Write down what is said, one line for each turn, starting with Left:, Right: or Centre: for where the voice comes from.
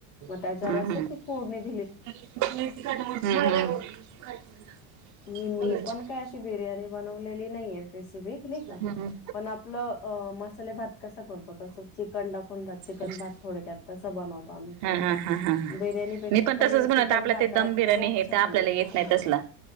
Left: मग त्याच्या
Right: हम्म
Left: रसात
Right: हम्म
Left: ती फोडणी द्यायची.
Right: हम्म हम्म.
Left: मी मी
Right: अच्छा
Left: पण काय अशी बिर्याणी बनवलेली नाहीये. रेसिपी नाही का
Right: हम्म
Left: पण आपल मसाले भात कस करतो तसं चिकन दाखवून भात चिकन
Right: अच्छा
Left: भात थोडक्यात तस बनवतो आम्ही
Right: हा हा हा हा.
Left: बिर्याणीपेक्षा
Right: मी
Left: पण
Right: तसंच बनवत
Left: चिकन
Right: आपल्या
Left: भातात
Right: ते दम बिर्याणी
Left: खूप
Right: हे
Left: छान
Right: ते आपल्याला येत नाही
Left: हा.
Right: तसलं